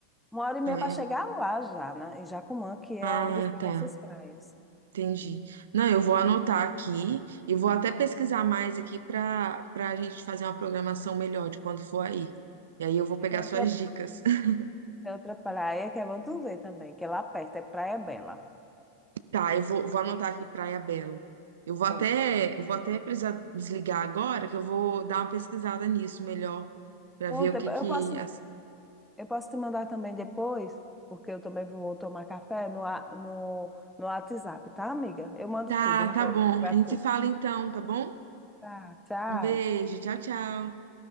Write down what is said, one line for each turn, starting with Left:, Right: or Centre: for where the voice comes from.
Centre: Uma hora e meia
Right: É.
Centre: para chegar lá já, né? Em Jacumã, que é
Right: Ah,
Centre: onde ficam
Right: tá.
Centre: essas praias.
Right: Entendi. Não, eu vou anotar aqui e vou até pesquisar mais aqui para para a gente fazer uma programação melhor de quando for aí. E aí eu vou pegar
Centre: Aí Tem outra
Right: suas dicas. <laughs>
Centre: Tem outra praia que é Vantuvé também, que é lá perto, é Praia Bela.
Right: Tá, eu vou, vou anotar aqui Praia Bela. Eu vou até,
Centre: Pronto.
Right: eu vou até precisar desligar agora, que eu vou dar uma pesquisada nisso melhor, para
Centre: Pronto,
Right: ver o
Centre: eu
Right: que que.
Centre: eu posso,
Right: as-
Centre: eu posso te mandar também depois, porque eu também vou tomar café no, a- no, no WhatsApp, tá, amiga? Eu mando
Right: Tá,
Centre: tudo ro-
Right: tá bom.
Centre: pra
Right: A gente
Centre: tu.
Right: se fala então, tá bom?
Centre: Tá, tchau.
Right: Um beijo, tchau, tchau.